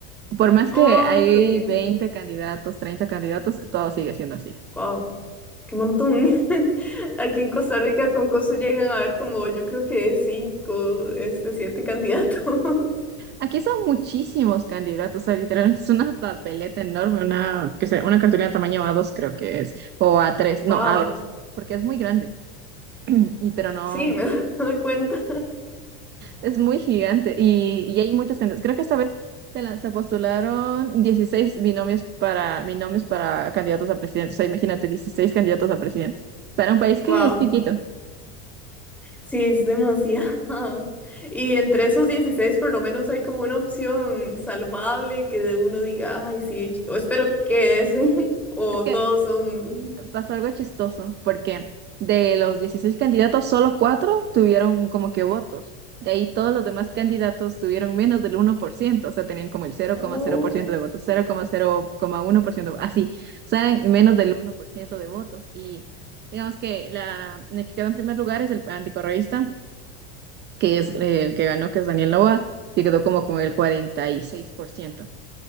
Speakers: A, on the right; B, in the centre.
A: Por más
B: Oh,
A: que hay
B: Ok,
A: 20 candidatos, 30 candidatos, todo sigue siendo así.
B: wow, qué montón. <laughs> Aquí en Costa Rica con cosas llegan a ver como yo creo que cinco, este, siete candidatos. <laughs>
A: Aquí son muchísimos candidatos, o sea, literal, es una papeleta enorme, una, que sea, una cartulina tamaño a dos creo que es, o a tres no,
B: Wow,
A: a dos porque es muy grande. Y pero no.
B: sí, me <laughs> doy cuenta.
A: Es muy gigante y, y hay muchos candidatos. Creo que esta vez se, lan- se postularon 16 binomios para, binomios para candidatos a presidente. O sea, imagínate, 16 candidatos a presidente. Para un país
B: Wow.
A: que es chiquito.
B: Sí, es demasiado. <laughs> Y entre esos 16, por lo menos hay como una opción salvable que de uno diga, ay, sí, yo espero que quede ese". <laughs> O
A: Es que
B: todos son...
A: pasó algo chistoso, porque de los 16 candidatos, solo cuatro tuvieron como que votos. De ahí todos los demás candidatos tuvieron menos del uno por ciento o sea, tenían como el cero
B: Oh,
A: cero coma cero por ciento de votos, cero cero coma cero uno por ciento así, o sea, eran menos del uno por ciento de votos. Y digamos que la, el que quedó en primer lugar es el anticorreísta, que es eh, el que ganó, que es Daniel Noboa, que quedó como con el cuarenta y seis por ciento